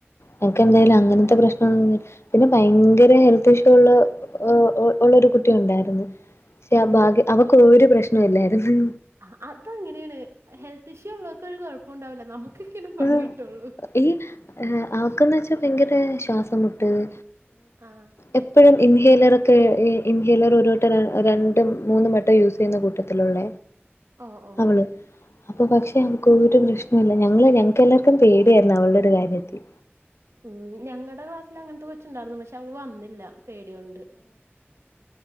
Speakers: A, on the left; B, on the right.
A: ഞങ്ങക്ക് എന്തായാലും
B: അത്ണ്ടാവും
A: അങ്ങനത്തെ പ്രശ്നം ഒന്നുല്ല പിന്നെ ഭയങ്കര ഹെൽത്ത് ഇഷ്യൂ ഉള്ള ഉ ഉള്ളരു കുട്ടി ഉണ്ടായിരുന്ന് ക്ഷെ
B: അയ്യോ
A: ബാഗ് അവക്ക് ഒരു പ്രശ്നൊ ഇല്ലായിര്ന്ന്
B: അ അതങ്ങനെയാണ് ഹെൽത്ത് ഇഷ്യൂ ഉള്ളവർക്കൊ ഒരു കുഴപ്പം ണ്ടാവില്ല നമുക്കൊക്കെണ് പണി
A: ആഹ്
B: കിട്ടുള്ളൂ
A: ഈ ആവക്കെന്ന് വെച്ചാൽ ഭയങ്കര ശ്വാസമുട്ടല്
B: ആഹ്
A: എപ്പോഴും ഇൻഹേലറൊക്കെ ഇൻഹേലർ ഒരു വട്ടം രണ്ടും മൂന്നും വട്ടം യൂസ് ചെയ്യുന്ന കൂട്ടത്തിലുള്ള
B: ഓ ഓ
A: അവള് അപ്പൊ പക്ഷെ അവക്ക് ഒരു പ്രശ്നല്ല ഞ- ഞങ്ങള് ഞങ്ങക്ക് എല്ലാവർക്കും പേടിയായിരുന്നു അവളടെ ഒരു കാര്യത്തിൽ
B: ഉം ഞങ്ങടെ ക്ലാസ്സില് അങ്ങനത്തെ കൊച്ചുണ്ടായിരുന്നു പക്ഷെ അവള് വന്നില്ല പേടികൊണ്ട്